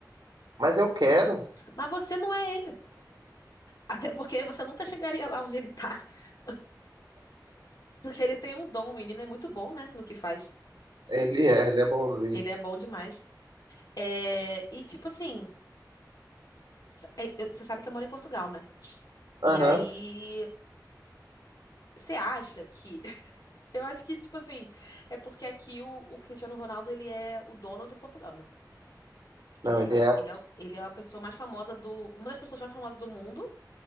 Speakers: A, on the right (about 75°); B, on the left (about 60°).
A: Mas eu quero.
B: Mas você não é ele. Até porque você nunca chegaria lá onde ele tá. <laughs> Porque ele tem um dom, o menino é muito bom, né, no que faz.
A: Ele é, ele é bonzinho.
B: Ele é bom demais. É, e tipo assim, s- é, eu- você sabe que eu moro em Portugal, né?
A: Aham.
B: E aí, você acha que. <laughs> Eu acho que, tipo assim, é porque aqui o, o Cristiano Ronaldo, ele é o dono do Portugal, né? Ele
A: Não,
B: é,
A: ele
B: pra-
A: é,
B: ele é, o- ele é a pessoa mais famosa do. Uma das pessoas mais famosas do mundo.